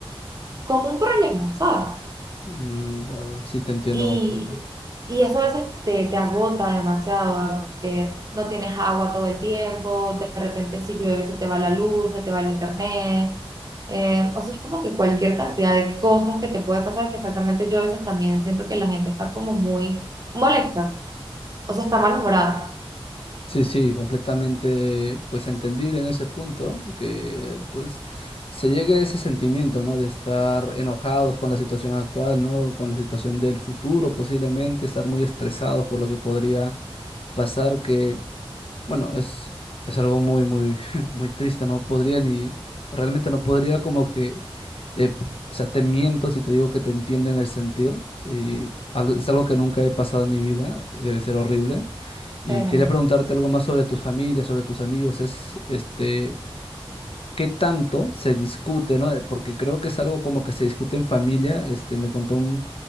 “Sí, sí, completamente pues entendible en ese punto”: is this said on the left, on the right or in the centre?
Left